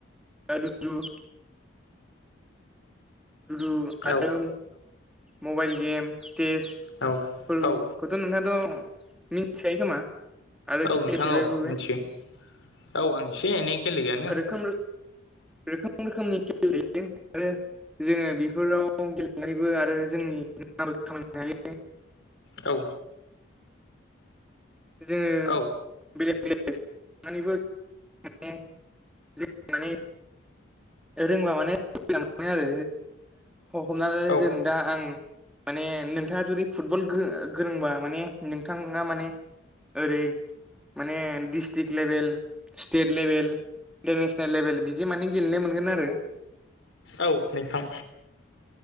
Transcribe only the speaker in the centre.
<unintelligible> लुदु आरो
मबाइल गेम सेसफोर
खौथ नोंथाङाथ मिथिखायो खोमा आरो
गेलेफेरबायबो
बे
रोखोम रोखोम रोखोमनि खेल थायो आरो जोङो बेफोराव गेलेनानैबो आरो जोंनि <unintelligible>
जोङो
बेलेग बेलेग गेलेनानैबो जों माने जों माने रोंबा माने सुबिदा मोनो आरो ओ हमना‌ लादो
जों दा आं माने नोंथाङा जुदि फुटबल गो गोरोंबा माने नोंथाङा माने ओरै माने district level state level international level बिदि माने गेलेनो मोनगोन आरो